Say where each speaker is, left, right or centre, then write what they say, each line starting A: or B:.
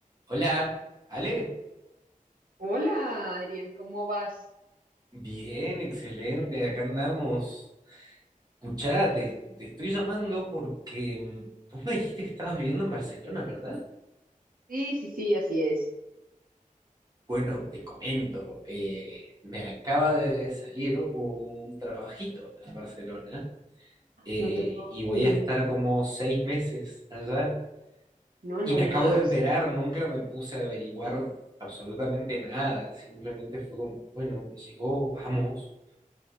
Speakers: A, on the right (about 30°); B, on the right (about 85°).
A: Hola, Ale.
B: Hola, Adrián, ¿cómo vas?
A: Bien, excelente, acá andamos. Escuchá, te, te estoy llamando porque mm, vos me dijiste que estabas viviendo en Barcelona, ¿verdad?
B: Sí, sí, sí, así es.
A: Bueno, te comento, eh, me acaba de salir un trabajito en Barcelona eh,
B: No te puedo
A: y
B: creer.
A: voy a estar como seis meses allá.
B: No, lo
A: Y me
B: Max.
A: acabo de enterar, nunca me puse a averiguar absolutamente nada, simplemente fue como, bueno, me llegó, vamos.